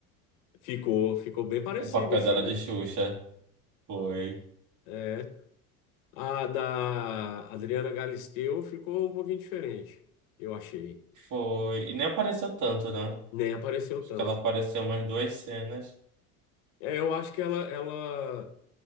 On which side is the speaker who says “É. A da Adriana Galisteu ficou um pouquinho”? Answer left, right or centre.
Left